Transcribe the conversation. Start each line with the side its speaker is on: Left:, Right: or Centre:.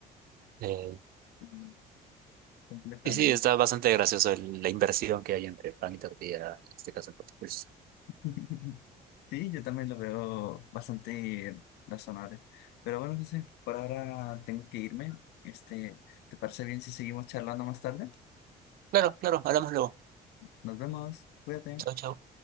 Right: Eh,
Left: <laughs> Completamente.
Right: y sí, está bastante gracioso el- la inversión que hay entre pan y tortilla, en este caso en particular.
Left: <laughs> Sí, yo también lo veo bastante razonable. Pero bueno, José, por ahora tengo que irme. Este, ¿te parece bien si seguimos charlando más tarde?
Right: Claro, claro, hablamos luego.
Left: Nos vemos, cuídate.
Right: Chao, chao.